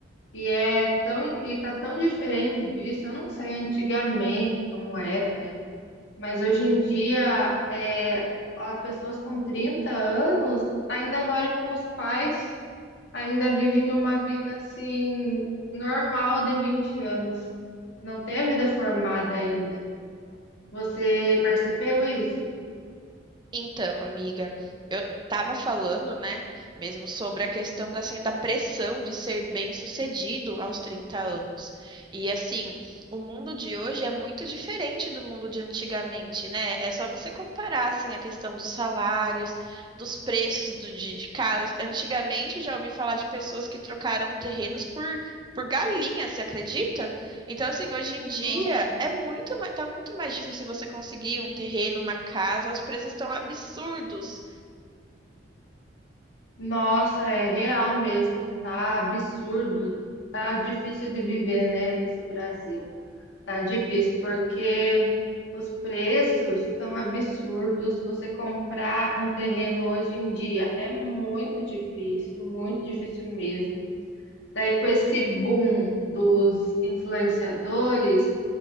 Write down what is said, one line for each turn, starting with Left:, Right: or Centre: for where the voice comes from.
Left: E é tão e tá tão diferente disso. Eu não sei antigamente como era, né? Mas hoje em dia, é, as pessoas com 30 anos ainda moram com os pais, ainda vivem uma vida assim normal de 20 anos. Não tem a vida formada ainda. Você percebeu isso?
Right: Então, amiga, eu estava falando, né, mesmo sobre a questão da, assim, da pressão de ser bem-sucedido aos 30 anos. E assim, o mundo de hoje é muito diferente do mundo de antigamente, né? É só você comparar assim a questão dos salários, dos preços do, de, de casas. Antigamente eu já ouvi falar de pessoas que trocaram terrenos por por galinha, você acredita? Então, assim, hoje em
Left: Nossa,
Right: dia é muito, ma- tá muito mais difícil você conseguir um terreno, uma casa, os preços estão absurdos.
Left: nossa, é real mesmo, tá absurdo, tá difícil de viver, né, nesse Brasil. Tá difícil, porque os preços estão absurdos. Você comprar um terreno hoje em dia é muito difícil, muito difícil mesmo. Daí, com esse boom dos influenciadores,